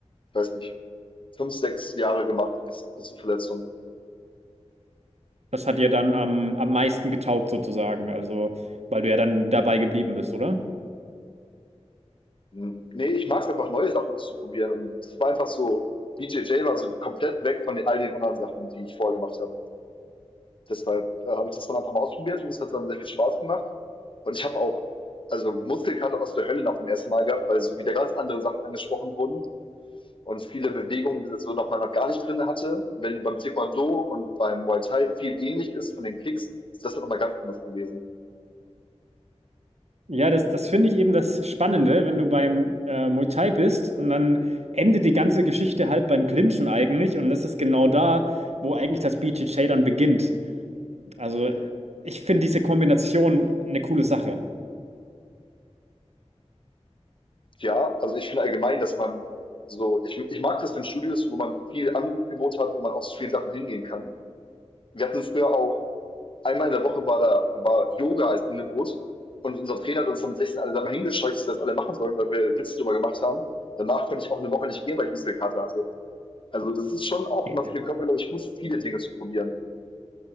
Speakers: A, on the left; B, on the right.
A: weiß nicht, 5, 6 Jahre gemacht bis bis zur Verletzung.
B: Das hat dir dann am, am meisten getaugt sozusagen, also weil du ja dann dabei geblieben bist, oder?
A: Hm, ne, ich mag es einfach, neue Sachen auszuprobieren und das war einfach so BJJ war so komplett weg von all den anderen Sachen, die ich vorher gemacht habe. Deshalb, äh, habe ich das dann einfach mal ausprobiert und es hat dann sehr viel Spaß gemacht. Und ich habe auch, also Muskelkater aus der Hölle nach dem ersten Mal gehabt, weil so wieder ganz andere Sachen angesprochen wurden und viele Bewegungen die so nochmal noch gar nicht drinne hatte. Wenn beim Taekwondo und beim Muay Thai viel ähnlich ist von den Kicks, ist das dann nochmal ganz anders gewesen.
B: Ja, das, das finde ich eben das Spannende, wenn du beim äh, Muay Thai bist und dann endet die ganze Geschichte halt beim Clinchen eigentlich und das ist genau da, wo eigentlich das BJJ dann beginnt. Also äh, ich finde diese Kombination eine coole Sache.
A: Ja, also ich finde allgemein, dass man so, ich, ich mag das, wenn Studios, wo man viel Angebot hat, wo man auch zu vielen Sachen hingehen kann. Wir hatten früher auch Einmal in der Woche war da war Yoga als Angebot und unser Trainer hat uns dann mit 16 alle da mal hingescheucht, dass wir das alle machen sollen, weil wir Witze drüber gemacht haben. Danach konnte ich auch eine Woche nicht gehen, weil ich Muskelkater hatte. Also das ist schon auch
B: Ja.
A: immer für den Körper, glaube ich, gut, viele Dinge zu probieren.